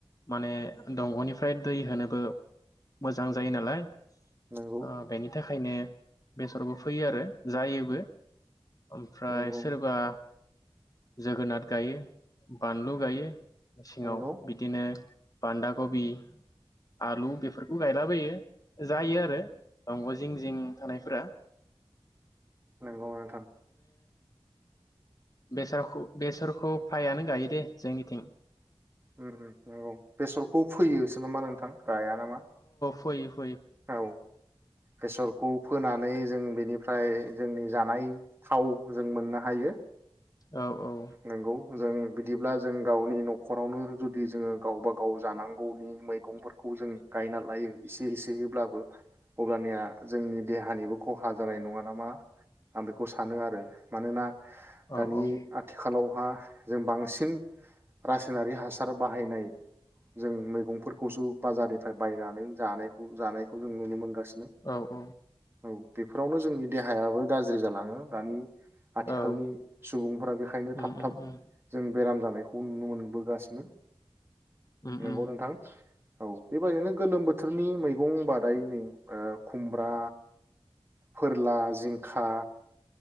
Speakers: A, on the left; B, on the right.
A: माने दंग'निफ्राय दै होनोबो मोजां जायो नालाय ओ
B: नंगौ
A: बेनिथाख खायनो बेसरबो फैयो आरो जायोबो। ओमफ्राय
B: नंगौ
A: सोरबा जोगोनार गायो, बानलु गायो। मेसेङाव
B: नंगौ
A: बिदिनो बान्दा कबि आलु बेफोरखौ गायलाबायो। जायो आरो दंग' जिं जिं थानायफोरा।
B: नंगौ नोंथां‌।
A: बेसरख-बेसरखौ फ्रायानो गायो दे जोंनिथिं।
B: ओं ओं नंगौ बेसरखौ फैयोसो नमा नोंथां? गाया नामा?
A: फोयो।
B: औ बेसरखौ फोनानै जों बेनिफ्राय जोंनि जानाय थाव जों मोननो हायो।
A: औ औ
B: नोंगौ जों बिदिब्ला जों गावनि न'खरावनो जुदि जोङो गावबा गाव जानांगौनि मैगंफोरखौ जों गायना लायो एसे एसेयैब्लाबो अब्लानिया जोंनि देहानिबो खहा जानाय नङा नामा आं बेखौ सानो आरो मानोना दानि
A: औ औ
B: आथिखालावहा जों बांसिन रासायनारि हासार बाहायनाय जों मैगंफोरखौसो बाजारनिफ्राय बायनानै जानायखौ जानायखौ जों नुनो मोनगासिनो।
A: औ औ
B: औ बेफोरावनो जोंनि देहायाबो गाज्रि जालाङो दानि आथिखालनि
A: औ
B: सुबुं फोरा बेनिखायनो
A: उम
B: थाब
A: उम
B: थाब जों बेराम जानायखौ नुनो मोनबोगासिनो।
A: उम
B: नंगौ नोंथां। औ बेबायाददिनो गोलोम बोथोरनि मैगं बादायै नै खुमब्रा, फोरला, जिंखा,